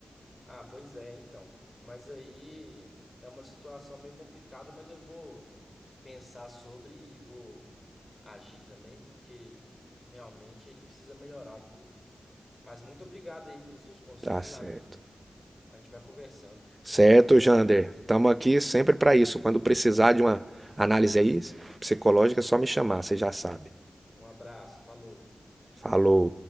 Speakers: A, on the left (about 25°); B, on the right (about 25°).
A: Ah, pois é, então. Mas aí é uma situação meio complicada, mas eu vou pensar sobre e vou agir também, porque realmente ele precisa melhorar um pouco. Mas muito obrigado aí pelos seus conselhos,
B: Tá certo.
A: amigo. A gente vai conversando.
B: Certo, Jander. Estamos aqui sempre para isso. Quando precisar de uma análise aí psicológica, é só me chamar, você já sabe.
A: Um abraço, falou.
B: Falou.